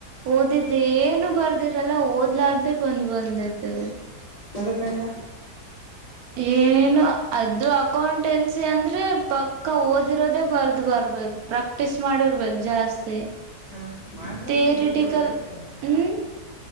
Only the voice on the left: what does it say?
ಎದು ಕಂಗೆ
ಹ್ಞೂ ಮಾಡಿಲ್ಲ
ಅಂದ್ರೆ ಬರಿಬೋದು ಅದಕ್ಕೇನೆ